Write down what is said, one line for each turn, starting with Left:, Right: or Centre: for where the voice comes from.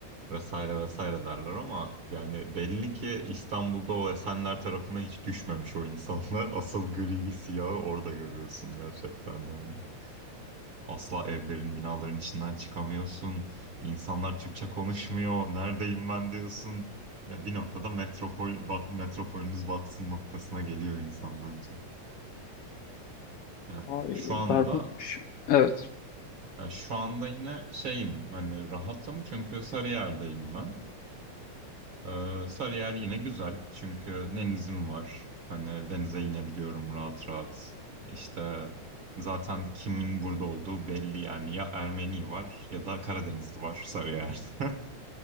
Right: vesaire vesaire derler ama yani belli ki İstanbul'da o Esenler tarafına hiç düşmemiş o insanlar. <laughs> Asıl griyi siyahı orada görüyorsun gerçekten de. yani. Asla evlerin binaların içinden çıkamıyorsun. İnsanlar Türkçe konuşmuyor. Neredeyim ben diyorsun. Ya bir noktada metropol bat, metropolünüz batsın noktasına geliyor insan bence. Yani
Left: Ay,
Right: şu anda
Left: berbat bir şey. Evet.
Right: yani şu anda yine şeyim hani rahatım çünkü Sarıyer'deyim ben. Ee, Sarıyer yine güzel çünkü denizim var. Hani denize inebiliyorum rahat rahat. İşte zaten kimin burada olduğu belli yani ya Ermeni var ya da Karadenizli var Sarıyer'de.